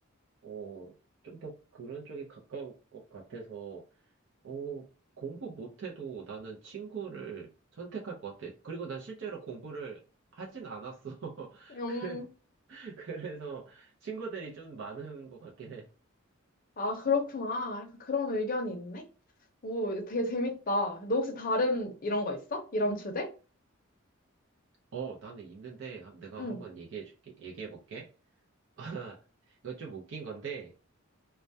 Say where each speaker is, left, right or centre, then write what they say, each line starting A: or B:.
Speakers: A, on the right (about 60°); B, on the left (about 40°).
A: 어, 좀 더 그런 쪽에 가까울 것 같아서, 어, 공부 못해도 나는 친구를 선택할 것 같아. 그리고 난 실제로 공부를 하진 않았어. <laughs>
B: 음,
A: 그래, 그래서 친구들이 좀 많은 것 같긴 해.
B: 아, 그렇구나. 약간 그런 의견이 있네. 오, 되게 재밌다. 너 혹시 다른 이런 거 있어? 이런 주제?
A: 어, 나는 있는데, 한- 내가
B: 응,
A: 한번 얘기해 줄게, 얘기해 볼게. <laughs> 이거 좀 웃긴 건데,